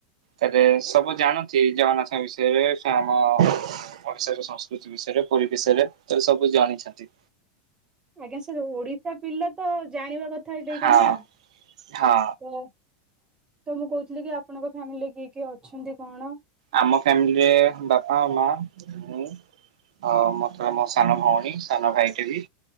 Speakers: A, on the right (about 60°); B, on the right (about 20°).
A: ତାରେ ସବୁ ଜାଣନ୍ତି ଜଗନ୍ନାଥଙ୍କ ବିଷୟରେ ସେ ଆମ ଓଡିଶାର ସଂସ୍କୃତି ବି ଷୟରେ ପୁରୀ ବିଷୟରେ ତାଲେ ସବୁ ଜାଣିଛନ୍ତି।
B: ଆଜ୍ଞା ସେ ଓଡିଶା ପିଲା ତ ଜାଣିବା କ ଥା ଗୋଟେ ଏଇଟା
A: ହଁ
B: ନା
A: ହଁ
B: ତ। ତ ମୁଁ କଉଥିଲି କି ଆପଣଙ୍କ ଫ୍ୟାମିଲିରେ କିଏ କିଏ ଅଛନ୍ତି କଣ?
A: ଆମ ଫ୍ୟାମିଲିରେ ବାପା ମା ମୁଁ। ହ ମତେ ମୋ ସାନ ଭଉଣୀ ସାନ ଭାଇଟେ ବି।